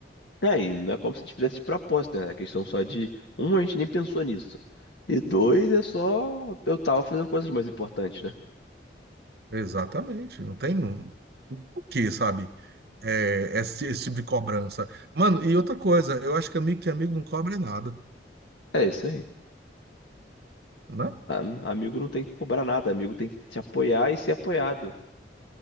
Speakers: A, on the left (about 70°); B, on the right (about 60°).
A: Aí, não é como se a gente fizesse de propósito, né? É questão só de, um, a gente nem pensou nisso. E dois, é só eu tava fazendo coisas mais importantes, né?
B: Exatamente. Não tem. Não... Por quê, sabe? é, é esse, esse tipo de cobrança. Mano, e outra coisa, eu acho que amigo que amigo não cobra nada,
A: É isso aí.
B: né?
A: A- Amigo não tem que cobrar nada, amigo tem que te apoiar e ser apoiado.